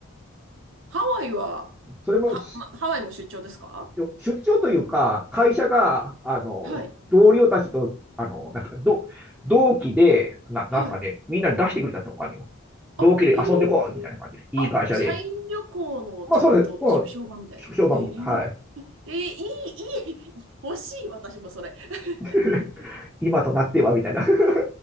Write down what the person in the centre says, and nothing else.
うん、それもし
出張というか、会社が、あの、
同僚たちと、あの、なんすか、ど同期で、ななんすかね、
みんな出してくれたってお金を。
同期で遊んでこうみたいな感じで、
いい会社で。
まあそうです。もう、商売も、
はい。
<laughs> 今となっては、みたいな <laughs>。